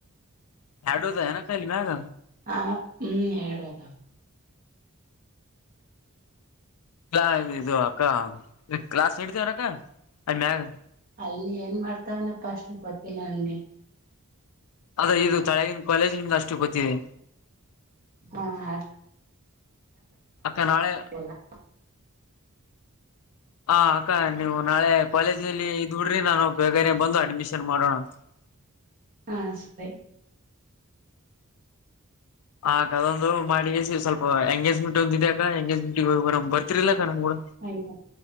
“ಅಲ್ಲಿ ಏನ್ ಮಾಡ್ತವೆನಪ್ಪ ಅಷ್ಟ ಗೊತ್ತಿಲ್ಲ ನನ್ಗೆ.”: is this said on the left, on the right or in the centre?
Right